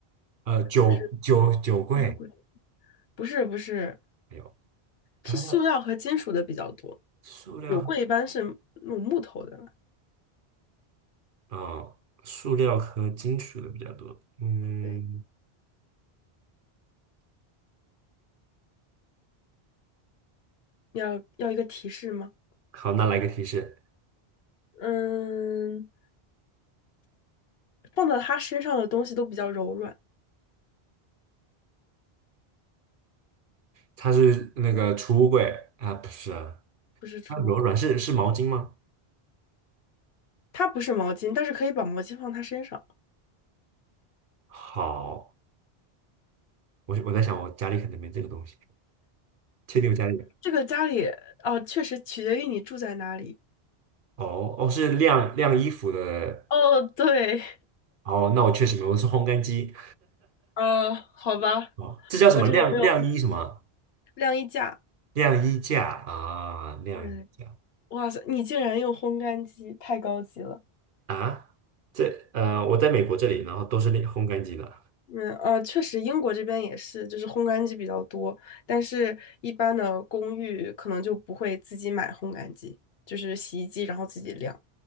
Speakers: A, on the right; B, on the left.
A: 呃，酒酒酒柜，
B: 是不是贵？不是，不是，
A: 哎呦，它的
B: 是塑料和金属的比较多，
A: 塑料，
B: 有柜一般是那种木头的了。
A: 哦，塑料和金属的比较多。嗯，
B: 对，要要一个提示吗？
A: 好，那来个提示。
B: 嗯，放到他身上的东西都比较柔软，
A: 它是那个储物柜啊，不是啊，
B: 不是储物柜。
A: 它柔软是是毛巾吗？
B: 它不是毛巾，但是可以把毛巾放他身上。
A: 好，我我在想我家里可能没这个东西，确定我家里
B: 这个家里哦，确实取决于你住在哪里。
A: 哦哦是晾晾衣服的，
B: 哦，对，
A: 哦那我确实没有，我是烘干机
B: 哦，好吧，
A: 哦，这叫什么晾晾衣什么
B: 我这种没有，晾衣架。
A: 晾衣架啊晾衣架
B: 嗯，哇塞，你竟然用烘干机，太高级了。
A: 啊，这呃我在美国这里，然后都是晾烘干机的，
B: 嗯，呃，确实，英国这边也是，就是烘干机比较多，但是一般的公寓可能就不会自己买烘干机，就是洗衣机然后自己晾。